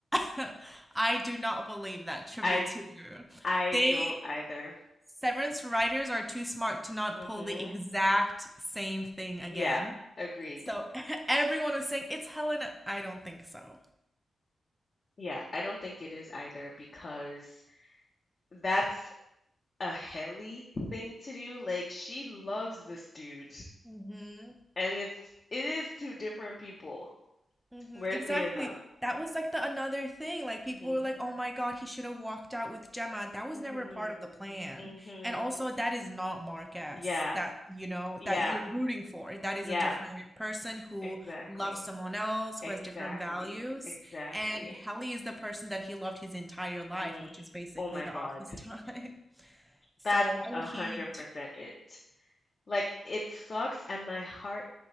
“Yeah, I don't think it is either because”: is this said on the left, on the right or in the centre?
Left